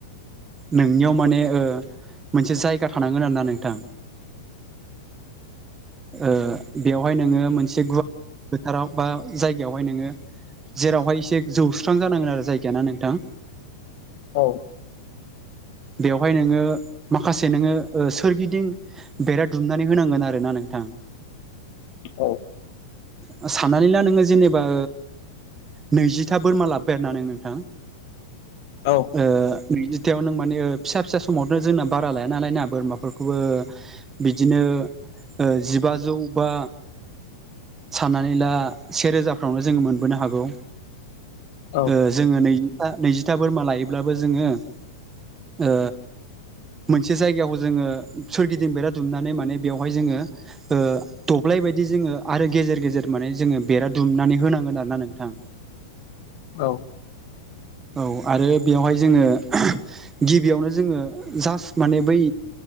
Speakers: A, on the right; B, on the left.
A: नोंनियाव माने ओ मोनसे जायगा थानांगोन आरो ना नोंथां। ओ बेवहाय नोङो मोनसे गुवार फोथाराव बा जायगायावहाय नोङो जेरावहाय एसे जौस्रां जानांगोन आरो जायगाया ना नोंथां।
B: औ
A: बेवहाय नोङो माखासे नोङो ओ सोरगिदिं बेरा दुमनानै होनांगोन आरो ना नोंथां।
B: औ
A: ओ साननानै ला नोङो जेनेबा नैजिथा बोरमा लाब। बेरनानै नोंथां।
B: औ।
A: ओ नैजिथियावनो माने फिसा-फिसा समावथ' जोंना बारा लाया नालाय ना बोरमाफोरखौबो ओ। बिदिनो ओ जिबाजौ बा। साननानै ला से रोजाफ्रावनो जों मोनबोनो हागौ।
B: औ
A: ओ जोङो नैजिथा नैजिथा बोरमा लायोब्लाबो जोङो ओ मोनसे जायगायावखौ जोङो सोरगिदिं बेरा दुमनानै माने बेवहाय जोङो ओ दब्लाय बायदि जोङो आरो गेजेर गेजेर माने जोङो बेरा दुमनानै होनांगोन आरो ना नोंथां।
B: औ।
A: औ आरो बेयावहाय जोङो गिबियावनो जोङो जास्ट माने बै